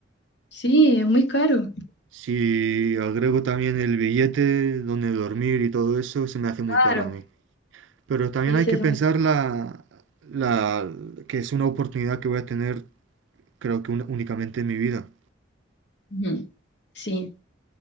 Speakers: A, on the left (about 65°); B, on the right (about 75°).
A: Sí, es muy caro.
B: Si agrego también el billete, donde dormir y todo eso, se me hace muy
A: Claro.
B: caro a mí. Pero también
A: Sí,
B: hay
A: se
B: que
A: hace
B: pensar
A: muy caro.
B: la, la, que es una oportunidad que voy a tener, creo que un- únicamente en mi vida.
A: Ujú. Sí.